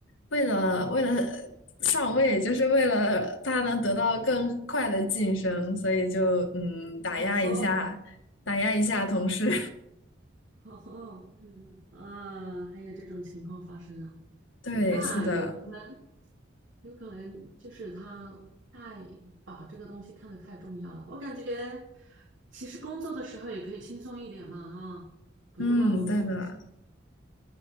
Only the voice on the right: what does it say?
哦吼，
哦吼，啊，还有这种情况发生啊？
那有可能，
有可能就是他太把这个东西看得太重要了。我感觉其实工作的时候也可以轻松一点嘛，啊，不用那么绷，